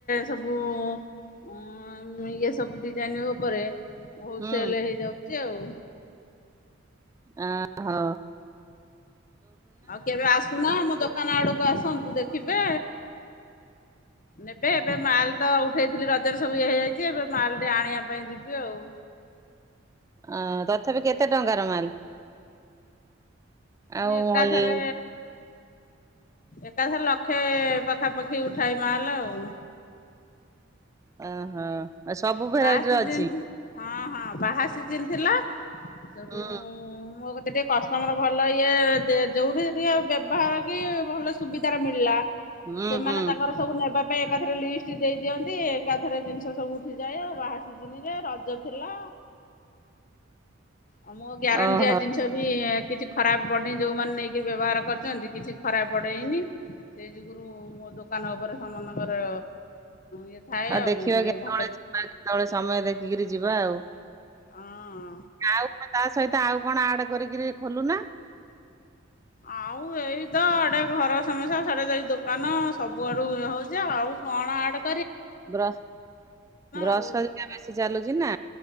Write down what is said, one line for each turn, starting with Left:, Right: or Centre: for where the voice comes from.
Left: ସବୁ ଉଁ ଇଏ ସବୁ ଡିଜାଇନି ଉପରେ ବହୁତ
Right: ହୁଁ
Left: ସେଲେ ହେଇଯାଉଛି ଆଉ।
Right: ଆଁ ହୋ।
Left: ଆଉ କେବେ ଆସୁନା ଆମ ଦୋକାନ ଆଡ଼କୁ ଆସନ୍ତୁ ଦେଖିବେ ନେବେ ଏବେ ମାଲ ତ ଉଠେଇଥିଲି ରଜରେ ସବୁ ଇଏ ହେଇଯାଇଛି ଏବେ ମାଲେଟେ ଆଣିବା ପାଇଁ ଯିବି ଆଉ।
Right: ଅ ତଥାପି କେତେ ଟଙ୍କାର ମାଲ? ଆଉ
Left: ମୁଁ ଏକାଥରେ
Right: ଏ
Left: ଏକାଥରେ ଲକ୍ଷେ ପାଖାପାଖି ଉଠାଏ ମାଲେ ଆଉ।
Right: ଓହୋ ଆ ସବୁ ଭେରାଇଟିର
Left: ବାହା ସିଜିନ୍
Right: ଅଛି?
Left: ହଁ ହଁ ବାହା ସିଜିନ୍ ଥିଲା ସେଠୁ
Right: ହୁଁ
Left: ଉଁ ମୋ କ ତିରେ କଷ୍ଟମର ଭଲ ଇଏ ଯେଉଁଠି ଟିକେ ବ୍ୟବହାର କି ଭଲ ସୁବିଧାରେ ମିଳିଲା
Right: ହୁଁ
Left: ସେମାନେ
Right: ହୁଁ
Left: ତାଙ୍କର ସବୁ ନେବା ପାଇଁ ଏକାଥରେ ଲିଷ୍ଟ ଦେଇ ଦିଅନ୍ତି ଏକାଥରେ ଜିନିଷ ସବୁ ଉଠି ଯାଏ ଆଉ ବାହାସିଜିନିରେ ରଜ ଥିଲା। ଆଉ ମୋ ଗ୍ୟାରେଣ୍ଟି
Right: ଓହୋ।
Left: ଦିଆ ଜିନିଷ ବି କିଛି ଖରାପ ପଡ଼ିନି ଯୋଉମାନେ ନେଇକି ବ୍ୟବହାର କରୁଛନ୍ତି କିଛି ଖରାପ ପଡ଼େଇନି। ସେଇ ଯୁଗୁରୁ ମୋ ଦୋକାନ ଉପରେ ସମସ୍ତଙ୍କର ଇଏ ଥାଏ
Right: ଆଉ ଦେଖିବା
Left: ଟିକେ
Right: କେତେବେଳେ
Left: ଭଲ
Right: ଯିବା କେତେବେଳେ ସମୟ ଦେଖିକିରି ଯିବା ଆଉ।
Left: ହଁ
Right: ଆଉ ତା ସହିତ ଆଉ କଣ ଆଡେ କରିକିରି ଖୋଲୁ ନା?
Left: ଆଉ ଏଇ ତ ଆଡ଼େ ଘର ସମସ୍ୟା ସାଡ଼େ ଯାଇ ଦୋକାନ ସବୁଆଡ଼ୁ ଇଏ ହଉଛି ଆଉ। କଣ ଆଡ଼େ
Right: ଗ୍ରସ ଗ୍ରସରୀ
Left: ଆଉ।
Right: ହାରିକା ବେଶୀ ଚାଲୁଛି ନା?